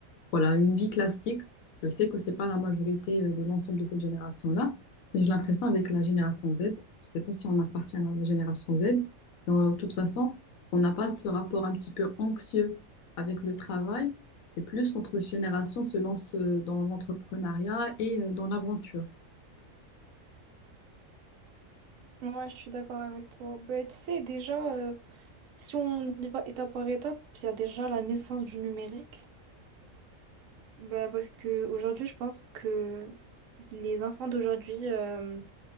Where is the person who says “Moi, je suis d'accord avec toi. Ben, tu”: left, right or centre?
Right